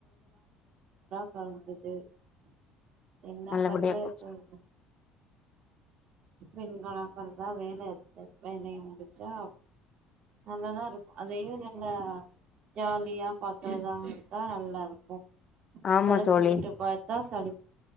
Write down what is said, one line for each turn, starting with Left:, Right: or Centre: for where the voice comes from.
Right: தந்தது <unintelligible> என்ன
Left: நல்லபடியா
Right: பண்றப்ழுது
Left: போச்சு
Right: <unintelligible> பெண்களபொறந்தா வேல இருக்கு வேலய முடிச்சா நல்லதா இருக் அதையு நல்ல ஜாலியா பாக்குறதாயிருந்தா நல்லா இருக்கோ
Left: ஆமா
Right: சலச்சுகிட்டு
Left: தோழி
Right: பாத்தா சளிப்